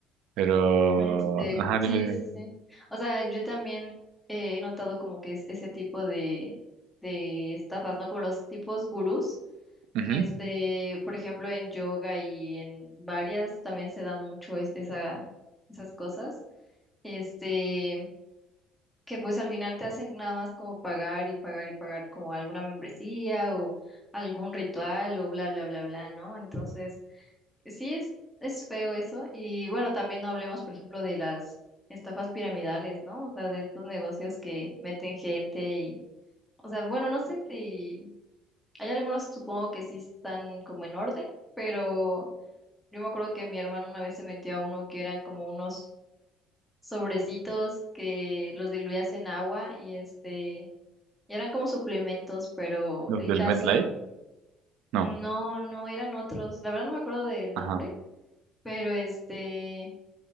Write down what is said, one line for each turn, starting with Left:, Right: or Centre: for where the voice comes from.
Right: Pero,
Centre: Este,
Right: ajá,
Centre: sí,
Right: dime, dime.
Centre: sí, sí. O sea, yo también eh, he notado como que es ese tipo de, de estafas, ¿no? Como los tipos gurús.
Right: Ujú,
Centre: Este, por ejemplo, en yoga y en varias también se dan mucho es- esa, esas cosas. Este, que pues al final te hacen nada más como pagar y pagar y pagar como alguna membresía o algún ritual o bla, bla, bla, bla, ¿no? Entonces... Sí, es, es feo eso. Y bueno, también no hablemos, por ejemplo, de las estafas piramidales, ¿no? O sea, de estos negocios que meten gente y, o sea, bueno, no sé si hay algunos que supongo que sí están como en orden, pero yo me acuerdo que mi hermano una vez se metió a uno que eran como unos sobrecitos que los diluías en agua y este, y eran como suplementos, pero
Right: Los
Centre: el
Right: del
Centre: caso,
Right: MetLife,
Centre: mm,
Right: no,
Centre: no, no eran otros. La verdad no me acuerdo del
Right: ajá.
Centre: nombre, pero este...